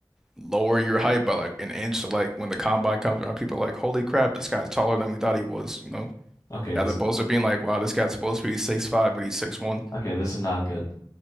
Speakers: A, in the centre; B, on the left.
A: lower your height by like an inch? So like, when the combine comes around, people are like, holy crap, this guy's taller than we thought he was, you know?
B: Okay,
A: As
B: this
A: opposed
B: is
A: to being like, wow, this guy's supposed to be six five, but he's six one.
B: okay. This is not good.